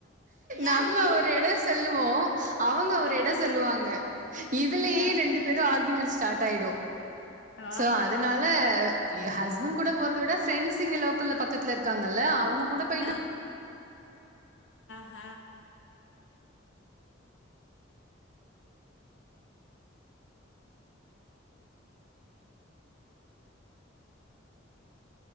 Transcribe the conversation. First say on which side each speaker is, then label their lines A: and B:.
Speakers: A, on the right (about 40°); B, on the left (about 70°).
A: நம்ம
B: ஏ லீவ்
A: ஒரு எடோ சொல்லுவோ அவங்க ஒரு
B: ஆ
A: எடோ சொல்லுவாங்க இதுலுயே
B: ஆ
A: ரெண்டு பே பெரு ஆர்க்யூமென்ட் ஸ்டாட் ஆயிடு
B: ஆஹா
A: சோ அதுனால ஏ ஹஸ்பண்ட் கூட போறத விட ஃப்ரெண்ட்ஸ் இங்க லோக்கல்ல பக்கத்துல இருக்காங்கல்ல அவுங்க கூட போயிட்டு
B: ஆ ஆ ஹ